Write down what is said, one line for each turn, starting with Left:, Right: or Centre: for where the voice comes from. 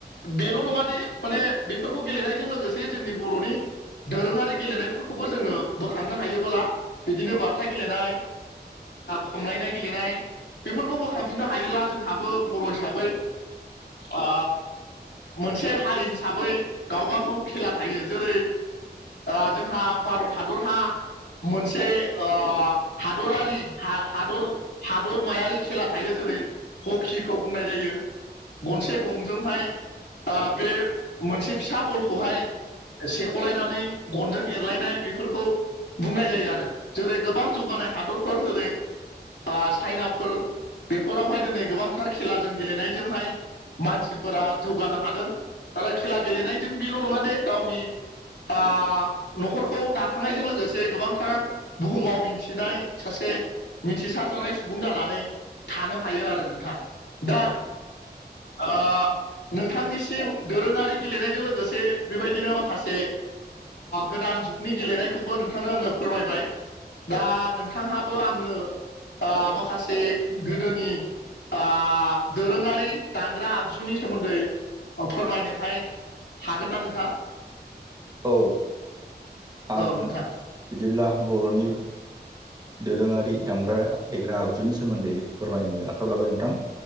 Left: बेल' नङा दि माने बेफोरखौ गेलेनायजों लोगोसे जोंनि बर'नि दोरोङारि गेलेनायफोरखौबो जोङो बोखांनो हायो फोरा बिदिनो बाथा गेलेनाय खमलायनाय गेलेनाय बेफोरखौ बोखांफिननो हायोब्ला जोंहाबो बर' हिसाबै ओ मोनसे हारि हिसाबै गावब गाव खेला थायो जेरै ओ जोंहा भारत हादरहा मोनसे ओ हादरारि हा हादर हादरमायारि खेला थायो जेरै हकिखौ बुंनाय जायो गनसे गंजोंहाय ओ बे मोनसे फिसा बलखौहाय सेख'लायनानै गनजों एरलायनाय बेफोरखौ बुंनाय जायो आरो जेरै गोबां जौगानाय हादरफोर जेरै ओ चाइनाफोर बेफोरावहाय दिनै गोबांथार खेलाजों गेलेनायजोंहाय मानसिफोरा जौगानो हादों आरो खेला गेलेनायजों बेल' नङा दे गावनि ओ न'खरखौ दाखांनायजों लोगोसे गोबांथार बुहुमाव मिथिनाय सासे मिथिसारजानाय सुबुं जानानै थानो हायो आरो नोंथां दा ओ नोंथांनिसिम दोरोङारि गेलेनायजों लोगोसे बेबायदिनो माखासे गोदान जुगनि गेलेनायखौबो नोंथांनो आङो फोरमायबाय दा नोंथांहाबो आंनो ओ माखासे गोदोनि आ दोरोङारि दांग्रा आगजुनि सोमोन्दै फोरमायनोहाय हागोन ना नोंथां?
Right: औ आं
Left: औ नोंथां
Right: बिदिब्ला बर'नि दोरोङारि दामग्रा देग्रा आगजुनि सोमोन्दै फोरमायनो आखायावयाव लाबाय नोंथां